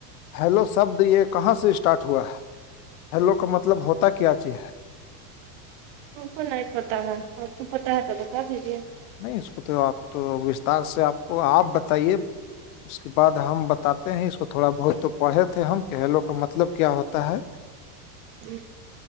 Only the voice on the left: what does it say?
ہیلو شبد یہ کہاں سے اسٹارٹ ہوا ہے ہیلو کا مطلب ہوتا کیا چیز ہے
نہیں اس کو تو آپ تو وستار سے آپ کو آپ بتائیے اس کے بعد ہم بتاتے ہیں اس کو تھوڑا بہت تو پڑھے تھے ہم کھیلو کا مطلب کیا ہوتا ہے